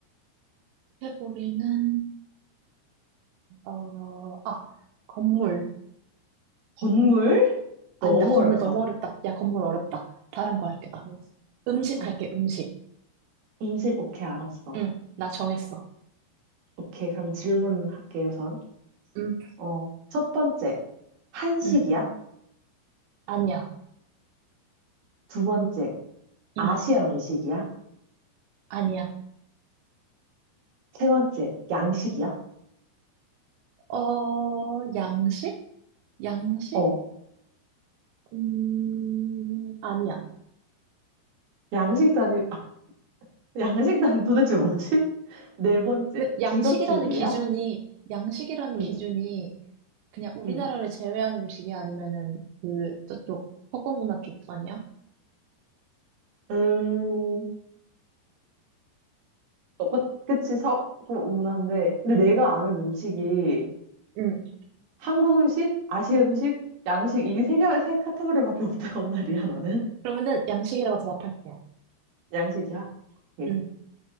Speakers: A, on the right; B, on the right.
A: 카테고리는, 어, 아, 건물.
B: 건물?
A: 아니다,
B: 너무
A: 건물
B: 어렵다.
A: 너무 어렵다. 야, 건물 어렵다. 다른 거 할게, 나.
B: 어,
A: 음식
B: 어.
A: 할게, 음식.
B: 음식, 오케이, 알았어.
A: 응, 나 정했어.
B: 오케이, 그럼 질문할게, 우선.
A: 음,
B: 어, 첫 번째, 한식이야?
A: 응, 아니야.
B: 두 번째, 아시아
A: 응,
B: 음식이야?
A: 아니야.
B: 세 번째, 양식이야?
A: 어, 양식? 양식?
B: 어,
A: 음, 아니야.
B: 양식도 아니, 아, <laughs> 양식도 아니, 도대체 뭐지? <laughs> 네 번째,
A: 왜, 양식이라는
B: 디저트류야?
A: 기준이, 양식이라는
B: 응,
A: 기준이 그냥 우리나라를
B: 응,
A: 제외한 음식이 아니면은 그, 저쪽, 서구 문화 쪽 아니야?
B: 음, 어, 그- 그치, 서구문화인데. 근데 내가 아는 음식이
A: 음.
B: 한국 음식, 아시아 음식, 양식, 이 세 개, 세 카테고리밖에 없단 말이야, <laughs> 나는.
A: 그러면은 양식이라고 대답할게요.
B: 양식이야? 오케이.
A: 응,